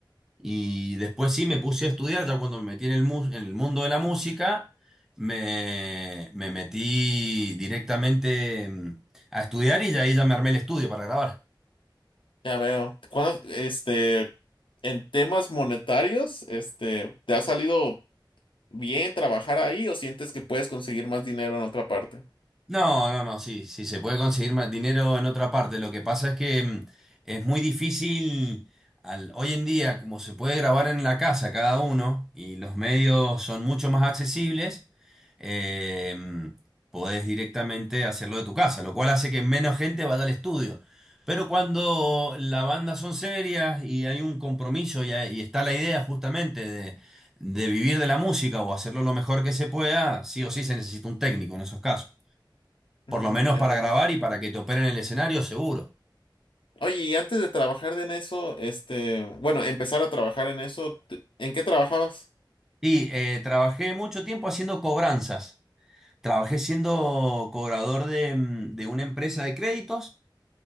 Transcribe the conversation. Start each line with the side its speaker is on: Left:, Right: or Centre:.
Centre: y después sí me puse a estudiar, ya cuando me metí en el, mu- en el mundo de la música, me, me metí directamente mm, a estudiar y ya ahí ya me armé el estudio para grabar.
Left: Ya veo. ¿Cuándo, este, en temas monetarios, este, te ha salido bien trabajar ahí o sientes que puedes conseguir más dinero en otra parte?
Centre: No, no, no, sí, sí, se puede conseguir más dinero en otra parte. Lo que pasa es que mm, es muy difícil al- hoy en día, como se puede grabar en la casa cada uno y los medios son mucho más accesibles, eh, mm, podés directamente hacerlo de tu casa, lo cual hace que menos gente vaya al estudio. Pero cuando la banda son serias y hay un compromiso y, hay- y está la idea justamente de, de vivir de la música o hacerlo lo mejor que se pueda, sí o sí se necesita un técnico en esos casos.
Left: Mm,
Centre: Por lo menos
Left: ya
Centre: para
Left: veo.
Centre: grabar y para que te operen el escenario, seguro.
Left: Oye, y antes de trabajar en eso, este, bueno, empezar a trabajar en eso, te- ¿en qué trabajabas?
Centre: Y eh, trabajé mucho tiempo haciendo cobranzas. Trabajé siendo cobrador de, mm, de una empresa de créditos,